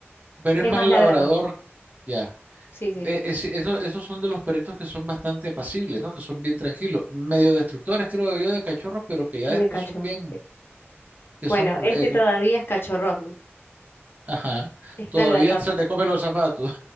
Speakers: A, on the right; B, on the left.
A: pero es
B: Es
A: más
B: más
A: labrador,
B: labrador.
A: ya.
B: Sí, sí.
A: E- es- eso- esos son de los perritos que son bastante apacibles, ¿no? Que son bien tranquilos, medio destructores, creo yo, de cachorros, pero que ya
B: De
A: después
B: cachorro,
A: son bien,
B: sí.
A: que
B: Bueno,
A: son,
B: este
A: eh,
B: todavía es cachorrón.
A: ajá,
B: Está
A: todavía
B: en la tapa.
A: se te comen los zapatos.